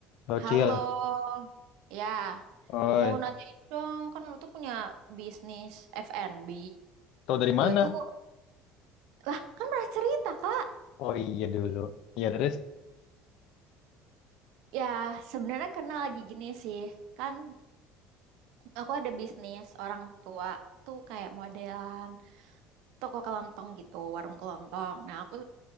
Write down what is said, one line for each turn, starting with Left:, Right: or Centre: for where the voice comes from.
Left: Halo
Right: Halo,
Left: Cil,
Right: ya
Left: oi,
Right: mau nanyain dong, kan lu tuh punya bisnis F&B.
Left: tau dari mana?
Right: Gue tuh, lah kan pernah cerita kak.
Left: Oh iya dulu, iya terus
Right: Ya sebenarnya karena lagi gini sih, kan aku ada bisnis orang tua tuh kayak modelan toko kelontong gitu, warung kelontong. Nah aku